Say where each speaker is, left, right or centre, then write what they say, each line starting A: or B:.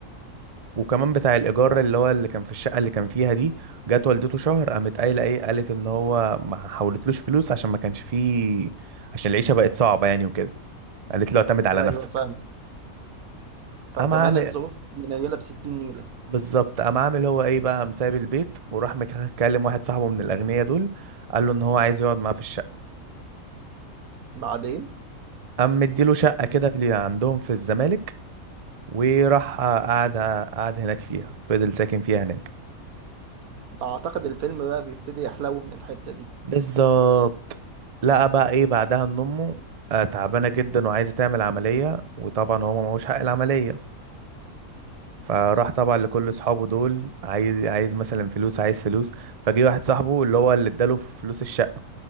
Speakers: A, on the right; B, on the right.
A: وكمان بتاع الايجار اللي هو اللي كان في الشقه اللي كان فيها دي جت والدته شهر قامت قايله ايه قالت ان هو ما حولتلوش فلوس عشان ما كانش فيه عشان العيشه بقت صعبه يعني وكده قالت له اعتمد على
B: ده
A: نفسك
B: ايوه فاهم
A: قام
B: فكمان
A: عامل
B: الظروف منيله ب 60 نيله
A: بالظبط قام عامل هو ايه بقى قام سايب البيت وراح مكلم واحد صاحبه من الاغنياء دول قال له ان هو عايز يقعد معاه في الشقه
B: بعدين
A: قام مديله شقه كده في اللي عندهم في الزمالك وراح قعد قعد هناك فيها فضل ساكن فيها هناك
B: اعتقد الفيلم بقى بيبتدي يحلو من الحته دي
A: بالظبط لقى بقى ايه بعدها ان امه آه، تعبانه جدا وعايزه تعمل عمليه وطبعا هو معهوش حق العمليه فراح طبعا لكل اصحابه دول عايز عايز مثلا فلوس عايز فلوس فجه واحد صاحبه اللي هو اللي اداله فلوس الشقه